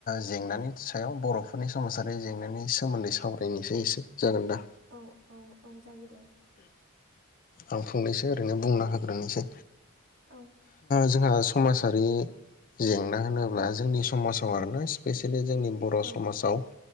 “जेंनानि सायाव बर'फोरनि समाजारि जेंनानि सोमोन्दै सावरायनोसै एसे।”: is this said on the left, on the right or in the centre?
Left